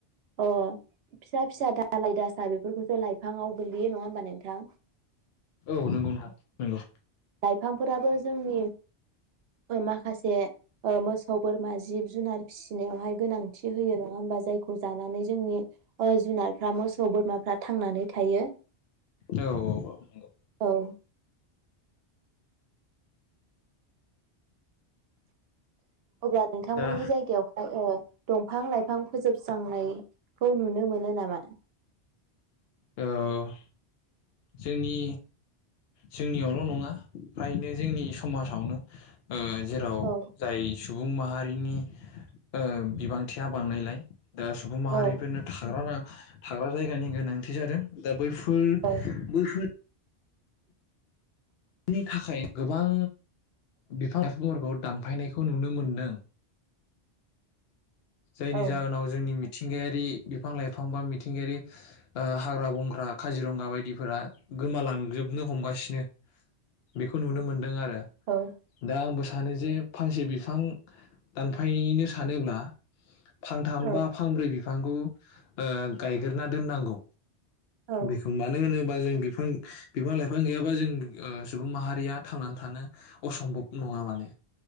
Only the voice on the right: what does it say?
अ फिसा फिसा दालाय दासा बे बेफोरखौसो लाइफाङाव गोलैयो नङा होमबा नोंथां?
लाइफांफोराबो जोंनि ओ माखासे ओ मोसौ बोरमा जिब जुनार फि नायावहाय गोनांथि होयो नङा होमबा? जायखौ जानानै जोंनि ओ जुनारफ्रा मोसौ बोरमाफ्रा थांनानै थायो।
औ <inaudible> अब्ला नोंथांमोननि
जायगायावहाय ओ दंफां-लाइफां फोजोबस्रांनायखौ नुनो मोनो नामा?
औ
औ
औ
औ
औ
औ
औ